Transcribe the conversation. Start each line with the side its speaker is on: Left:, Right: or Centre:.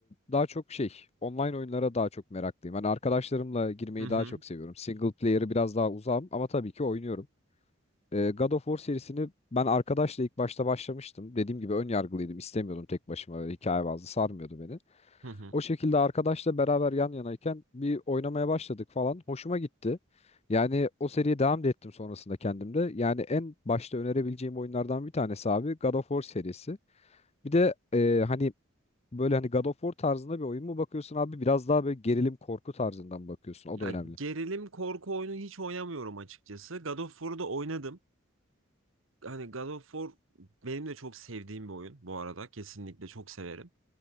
Left: daha çok şey online oyunlara daha çok meraklıyım. Hani arkadaşlarımla girmeyi
Right: Hı hı.
Left: daha çok seviyorum. Single player'ı biraz daha uzağım ama tabii ki oynuyorum. E, God of War serisini ben arkadaşla ilk başta başlamıştım. Dediğim gibi ön yargılıydım. İstemiyordum tek başıma. Hikaye bazlı sarmıyordu beni.
Right: Hı hı.
Left: O şekilde arkadaşla beraber yan yanayken bir oynamaya başladık falan. Hoşuma gitti. Yani o seriye devam da ettim sonrasında kendimde. Yani en başta önerebileceğim oyunlardan bir tanesi abi God of War serisi. Bir de e, hani böyle hani God of War tarzında bir oyun mu bakıyorsun abi? Biraz daha böyle gerilim korku tarzından bakıyorsun. O
Right: Ya
Left: da önemli.
Right: gerilim korku oyunu hiç oynamıyorum açıkçası. God of War'u da oynadım. hani God of War benim de çok sevdiğim bir oyun bu arada. Kesinlikle çok severim.